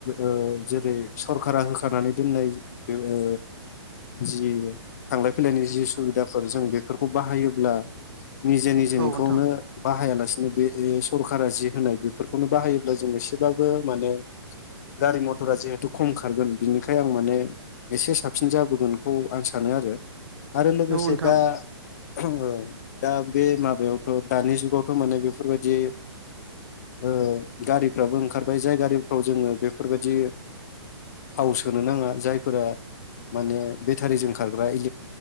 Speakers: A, on the left; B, on the right.
A: ओ जेरै सरखारा हो खानानै दोननाय बे ओ जि थांलाय फैलाय जि सुबिदाफो जों बेफोर खौ बाहायोब्ला निजे निजेनिखौनो
B: औ नोंथां
A: बाहायाला बे सरखारा जि होनाय बेफोरखौनो बाहायोब्ला जों एसेब्लाबो माने गारि मथरा जिहेथु खम खारगोन बिनिखाय आं माने एसे साबसिन जाबोगोनखौ आं सानो आरो। आरो लोगोसे
B: औ नोंथां
A: दा ओ दा बे माबायावथ' दानि जुगाव खामानि बेफोरबायदि ओ गारिफ्राबो ओंखारबाय। जाय गारिफ्राव जोङो बेफोरबायदि थाव सोनो नाङा, जायफोरा माने बेटारिजों खारग्रा